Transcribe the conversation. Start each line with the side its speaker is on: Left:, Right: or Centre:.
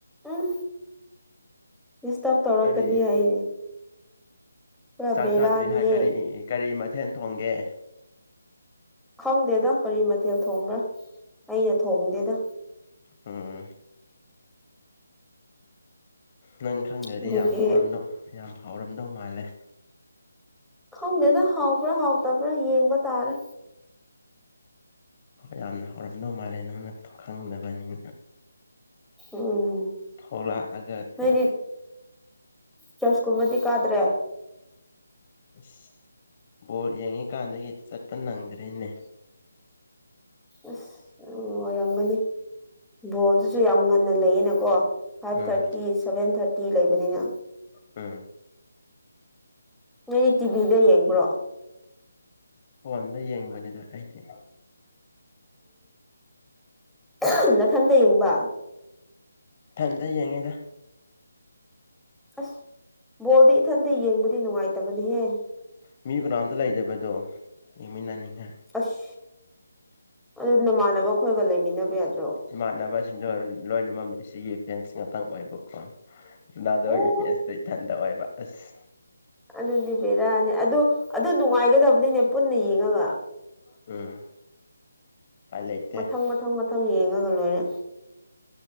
Centre: ꯎꯝ ꯁꯇꯞ ꯇꯧꯔꯛꯀꯅꯤ
Left: ꯀꯔꯤ
Centre: ꯑꯩ ꯄꯨꯔꯥ
Left: ꯆꯥꯛ
Centre: ꯕꯦꯔꯥꯅꯤꯍꯦ
Left: ꯆꯥꯗ꯭ꯔꯤ ꯍꯥꯏ ꯀꯔꯤ ꯀꯔꯤ ꯃꯊꯦꯜ ꯊꯣꯡꯒꯦ
Centre: ꯈꯪꯗꯦꯗ ꯀꯔꯤ ꯃꯊꯦꯜ ꯊꯣꯡꯕ꯭ꯔꯥ ꯑꯩꯅ ꯊꯣꯡꯗꯦꯗ
Left: ꯎꯝ ꯅꯪ ꯈꯪꯗ꯭ꯔꯗꯤ
Centre: ꯑꯗꯨꯒꯤ
Left: ꯌꯥꯝ ꯍꯥꯎꯔꯝꯗꯧ ꯌꯥꯝ ꯍꯥꯎꯔꯝꯗꯧ ꯃꯥꯜꯂꯦ
Centre: ꯈꯪꯗꯦꯗ ꯍꯥꯎꯕ꯭ꯔꯥ ꯍꯥꯎꯇꯕ꯭ꯔꯥ ꯌꯦꯡꯕ ꯇꯥꯔꯦ
Left: ꯌꯥꯝꯅ ꯍꯧꯔꯝꯗꯧ ꯃꯥꯜꯂꯦ ꯅꯪꯅ ꯈꯪꯗꯕꯅꯤꯅ
Centre: ꯎꯝ
Left: ꯊꯣꯛꯂꯛꯑꯒ ꯀꯩ
Centre: ꯐꯗꯤ ꯆꯁ ꯀꯨꯝꯕꯗꯤ ꯀꯥꯗ꯭ꯔꯦ
Left: ꯑꯁ ꯕꯣꯔꯠ ꯌꯦꯡꯉꯤꯀꯥꯟꯗꯒꯤ ꯆꯠꯄ ꯅꯪꯗ꯭ꯔꯔꯤꯅꯦ
Centre: ꯑꯁ ꯑꯣꯏꯔꯝꯒꯅꯤ ꯕꯣꯜꯗꯨꯁꯨ ꯌꯥꯝ ꯉꯟꯅ ꯂꯩꯌꯦꯅꯀꯣ five
Left: um
Centre: thirty seven thirty ꯂꯩꯕꯅꯤꯅ
Left: ꯎꯝ
Centre: ꯅꯣꯏꯗꯤ ꯇꯤꯚꯤꯗ ꯌꯦꯡꯕ꯭ꯔꯣ
Left: ꯋꯥꯗ ꯌꯦꯡꯕꯅꯤꯗ ꯑꯥꯏꯗꯤ
Centre: ꯑꯣ ꯅꯈꯟꯇ ꯌꯦꯡꯕ
Left: ꯊꯟꯗ ꯌꯦꯡꯉꯩꯗ
Centre: ꯑꯁ ꯕꯣꯜꯗꯤ ꯏꯊꯟꯇ ꯌꯦꯡꯕꯗꯤ ꯅꯨꯡꯉꯥꯏꯇꯕꯅꯤꯍꯦ
Left: ꯃꯤ ꯀꯅꯥꯣꯝꯇ ꯂꯩꯖꯕꯗꯣ ꯌꯦꯡꯃꯤꯟꯅꯅꯤꯡꯉꯥꯏ
Centre: ꯑꯁ ꯑꯗꯨ ꯑꯩꯈꯣꯏꯒ ꯂꯩꯃꯤꯟꯅꯕ ꯌꯥꯗꯦ
Left: ꯏꯃꯥꯟꯅꯕꯁꯤꯡꯗꯣ ꯂꯣꯏꯅꯃꯛꯝꯃꯦ ꯁꯤꯒꯤ ꯐꯦꯟꯁ ꯉꯥꯛꯇꯪ ꯑꯣꯏꯕꯀꯣ ꯔꯣꯅꯥꯗꯣꯒꯤ
Centre: ꯑꯣ
Left: ꯄꯦꯟꯁꯇ ꯏ ꯊꯟꯊꯋꯥꯏꯕ ꯑꯁ
Centre: ꯑꯗꯨꯅꯦ ꯕꯦꯔꯥꯅꯤ ꯑꯗꯨ ꯑꯗꯨ ꯅꯨꯡꯉꯥꯏꯒꯗꯕ ꯑꯗꯨꯏꯅꯦ ꯄꯨꯟꯅ ꯌꯦꯡꯉꯒ
Left: ꯎꯝ ꯎꯄꯥꯏ ꯂꯩꯇꯦ
Centre: ꯃꯊꯪ ꯃꯊꯪ ꯃꯊꯪ ꯌꯦꯡꯉꯒ ꯂꯣꯏꯔꯦ